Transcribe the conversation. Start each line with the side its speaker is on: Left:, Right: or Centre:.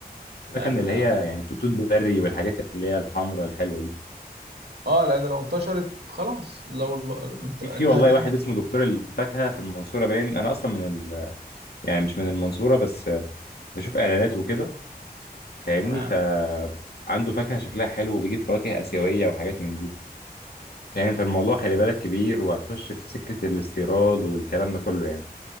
Right: لان
Left: فاكهه من اللي
Right: لو
Left: هي يعني تو- توت بري والحاجات اللي هي الحمراء الحلوه دي
Right: اه لان لو انتشرت خلاص لو الب... انت
Left: في
Right: انت
Left: في والله
Right: هتنزل
Left: واحد اسمه دكتور الفاكهه في المنصوره باين انا اصلا من يعني مش من المنصورة بس بشوف إعلانات وكده فاهمني
Right: تمام
Left: فعنده فاكهة شكلها حلو وبيجيب فواكه آسيوية وحاجات من دي فاهم فالموضوع خلي بالك كبير وهتخش في سكة الاستيراد والكلام ده كله يعني